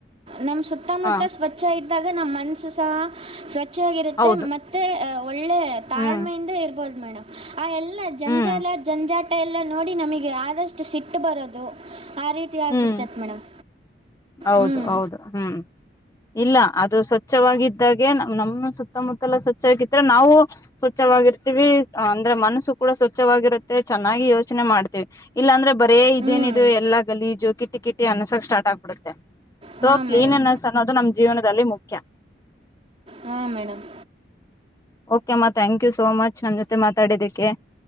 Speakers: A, on the right; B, on the left.
A: ನಮ್ಮ ಸುತ್ತಮುತ್ತ
B: ಹ
A: ಸ್ವಚ್ಛ ಇ ಇದಾಗ ನಮ್ಮ ಮನ್ಸುಸಹ ಸ್ವಚ್ಛ ಸ್ವಚ್ಛವಾಗಿರುತ್ತೆ
B: ಹೌದು
A: ಮತ್ತೆ ಒಳ್ಳೆ ತಾಳ್ಮೆಯಿಂದ
B: ಹ್ಮ್
A: ಇರ್ ಬೋದು ಮೇಡಮ್ ಆ ಎಲ್ಲ ಜಂಜಾಲ
B: ಹ್ಮ್
A: ಜಂಜಾಟ ಎಲ್ಲ ನೋಡಿ ನಮಗೆ ಆದಷ್ಟು ಸಿಟ್ಟು ಬರೋದು ಆ ರೀತಿ ಆಗ್ಬಿಡ್ತೈತೆ
B: ಹ್ಮ್
A: ಮೇಡಮ್
B: ಹೌದು
A: ಹ್ಮ್
B: ಹೌದು ಹ್ಮ್ ಇಲ್ಲ ಅದು ಸ್ವಚ್ಛವಾಗಿದ್ದಾಗೆ ನ್ ನಮ್ಮ ಸುತ್ತಮುತ್ತಲ ಸ್ವಚ್ಛಗಿದ್ರೆ ನಾವು ಸ್ವಚ್ಛವಾಗಿರ್ತೀವಿ ಅಂದ್ರೆ ಮನಸ್ಸು ಇಲ್ಲ ಅದು ಸ್ವಚ್ಛವಾಗಿ ಇದ್ದಾಗೆ ನಮ್ಮ ಸುತ್ತ ಮುತ್ತಲ ಸ್ವಚ್ಛವಾಗಿದ್ದರೆ ನಾವು ಸ್ವಚ್ಛವಾಗಿರ್ತಿವಿ ಅಂದರೆ ಮನಸು ಸ್ವಚ್ಛವಾಗಿರುತ್ತೆ ಚೆನ್ನಾಗಿ ಯೋಚನೆ ಮಾಡ್ತೀವಿ ಇಲ್ಲಾಂದ್ರೆ ಬರೇ ಇದೇನಿದದು
A: ಹ್ಮ್
B: ಎಲ್ಲಾ ಗಲೀಜು ಕಿಟ್ಟಿ ಕಿಟಿ ಅನ್ಸಕಕ್ ಸ್ಟಾರ್ಟ್ ಆಗ್ಬಿಡುತ್ತೆ ಸೊ
A: ಹಾಂ
B: ಕ್ಲೀನರ್ನೆಸ್
A: ಮೇಡಮ್
B: ಅನ್ನೋದು ನಮ್ ಜೀವನದಲ್ಲಿ ಮುಖ್ಯ
A: ಹಾಂ ಮೇಡಮ್
B: ಓಕೆಮ್ಮ ಥ್ಯಾಂಕ್ ಯು ಸೋ ಮಚ್ ನಮ್ಮ ಜೊತೆ ಮಾತಾಡಿದಕ್ಕೆ